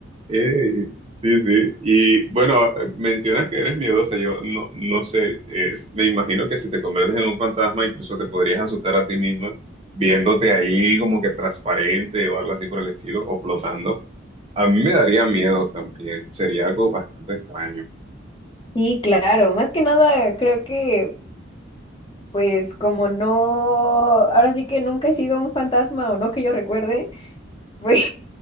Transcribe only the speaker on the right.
Eh, sí, sí. Y bueno, mencionas que eres miedosa. Yo no, no sé, eh, me imagino que si te conviertes en un fantasma, incluso te podrías asustar a ti misma viéndote ahí como que transparente o algo así por el estilo, o flotando. A mí me daría miedo también. Sería algo bastante extraño.